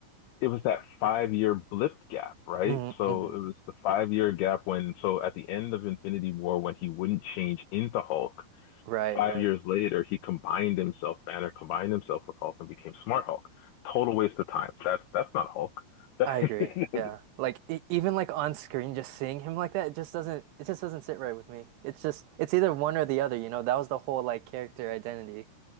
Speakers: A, on the left; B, on the right.
A: it was that five year blip gap, right?
B: hmm
A: So
B: hmm
A: it was the five year gap when, so at the end of Infinity War, when he wouldn't change into Hulk,
B: Right,
A: five
B: right.
A: years later, he combined himself, Banner combined himself with Hulk and became Smart Hulk. Total waste of time. That's that's not Hulk. <laughs>
B: I agree.
A: one
B: Yeah. Like e even like on screen just seeing him like that, it just doesn't it just doesn't sit right with me. It's just it's either one or the other, you know? That was the whole like character identity,